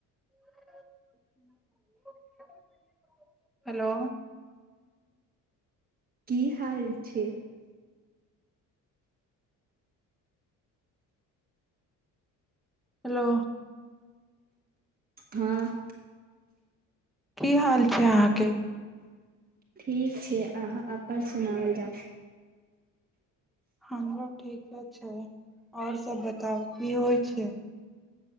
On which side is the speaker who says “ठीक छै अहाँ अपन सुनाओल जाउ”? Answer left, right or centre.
Right